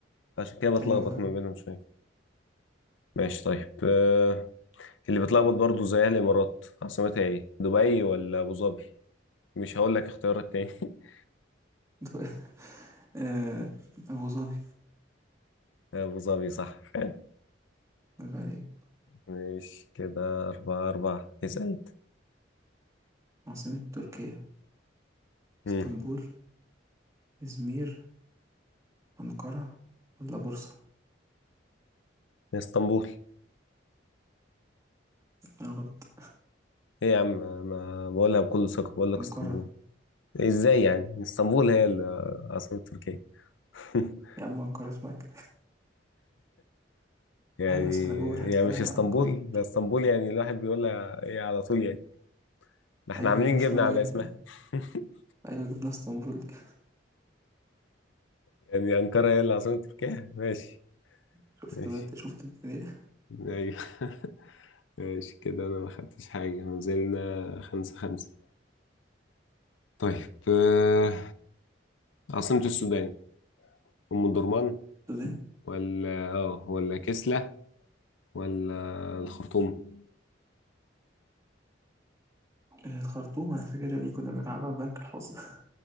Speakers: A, on the left; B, on the right.
A: فعشان كده بتلخبط
B: أيوة فاهم
A: ما بينهم شوية ماشي طيب آه، اللي بيتلخبط برضو زيها الامارات عاصمتها ايه دبي ولا ابو ظبي مش هقول لك اختيارات تاني <laughs>
B: دو- آه، أبو ظبي
A: ابو ظبي صح فعلا
B: برافو عليك
A: مش كده اربعة اربعة اسأل
B: عاصمة تركيا
A: امم
B: اسطنبول إزمير أنقرة ولا بورصة
A: اسطنبول
B: أنا غلط
A: ايه يا عم انا بقولها بكل ثقة بقول لك
B: أنقرة
A: اسطنبول ازاي يعني اسطنبول هي ال- عاصمة تركيا <laughs>
B: يا عم أنقرة في مكة
A: يعني
B: بحب أسأل جوجل هتلاقيها
A: يعني مش اسطنبول
B: أنقرة
A: ده اسطنبول يعني الواحد بيقولها ايه على طول يعني ده احنا
B: أيوة
A: عاملين
B: هي مشهورة
A: جبنة على
B: جدا
A: اسمها <laughs>
B: أيوة جبنا اسطنبول دي
A: يعني انقرة هي اللي عاصمة تركيا ماشي
B: <laughs> شفت
A: ماشي
B: بقى أنت شفت الدنيا
A: ايوه <laughs> ماشي كده انا ما خدتش حاجة نزلنا خمسة خمسة طيب آه، عاصمة السودان أم الدرمان
B: السودان
A: ولا اه ولا كسلة ولا الخرطوم
B: آه، الخرطوم أنا فاكر اللي كنا بنلعبها في بنك الحظ <laughs>